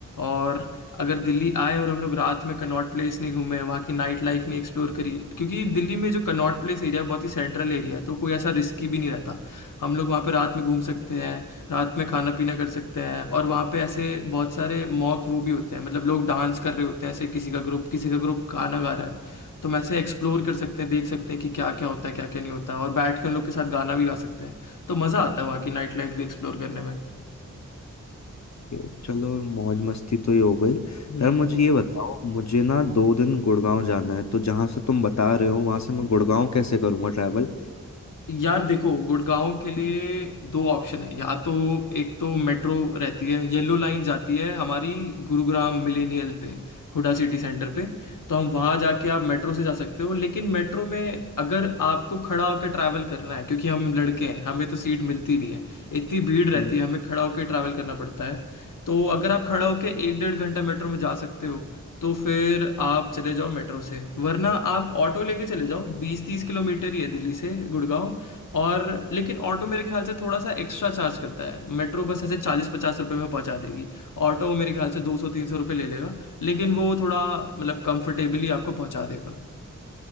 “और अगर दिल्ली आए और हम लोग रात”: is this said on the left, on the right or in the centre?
Left